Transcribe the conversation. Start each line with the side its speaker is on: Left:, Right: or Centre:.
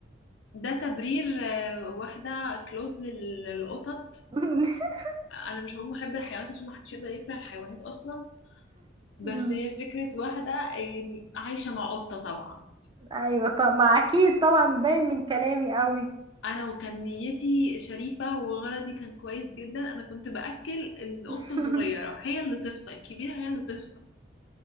Left: ده تبرير آه، واحده كلوز للقطط
Right: <laughs>
Left: انا مش هقول محب الحيوانات عشان ما حدش يقدر يكره الحيوانات اصلا بس
Right: مم.
Left: هي فكره واحده يعني عايشه مع قطه طبعا
Right: ايوه طب ما اكيد طبعا باين من كلامي قوي
Left: انا وكان نيتي شريفة وغرضي كان كويس جدا انا كنت باكل القطة
Right: <laughs>
Left: الصغيرة هي اللي تفصل الكبيرة هي اللي تفصل